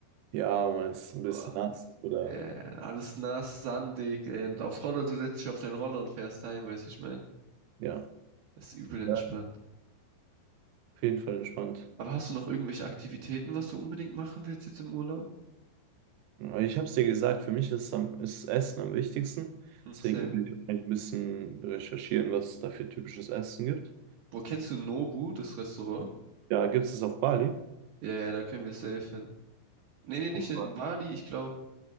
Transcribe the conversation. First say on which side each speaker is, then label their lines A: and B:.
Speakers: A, on the right; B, on the right.
A: Ja, man ist ein
B: Boah,
A: bisschen nass
B: das,
A: oder
B: ja, alles nass, sandig. ey. Und auf Roller, du setzt dich auf den Roller und fährst heim, weißt du, ich mein.
A: ja.
B: Ist übel entspannt.
A: Ja, auf jeden Fall entspannt.
B: Aber hast du noch irgendwelche Aktivitäten, was du unbedingt machen willst jetzt im Urlaub?
A: Aber Ich habe es dir gesagt, für mich ist, am, ist Essen am wichtigsten.
B: Hm,
A: Deswegen
B: Same.
A: will ich wahrscheinlich ein bisschen recherchieren, was es da für typisches Essen gibt.
B: Bro, kennst du Nobu, das Restaurant?
A: Ja, gibt es es auf Bali?
B: Ja, ja, da können wir safe hin. Nee, nee, nicht
A: Oh,
B: in Bali, ich glaube.